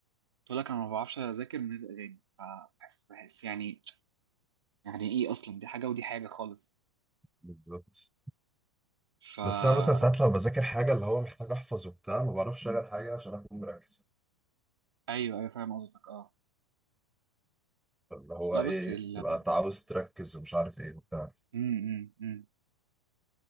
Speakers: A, on the right; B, in the centre.
A: تقول لك انا ما بعرفش اذاكر من غير الاغاني فبحس بحس يعني يعني ايه اصلا دي حاجه ودي حاجه خالص
B: بالظبط
A: فا
B: بس انا مثلا ساعات لو بذاكر حاجه اللي هو محتاج احفظ وبتاع ما بعرفش اشغل حاجه عشان اكون مركز
A: ايوه ايوه فاهم قصدك اه
B: اللي هو
A: لا
B: ايه
A: بس ال...
B: تبقى انت عاوز تركز ومش عارف ايه وبتاع
A: م -م -م.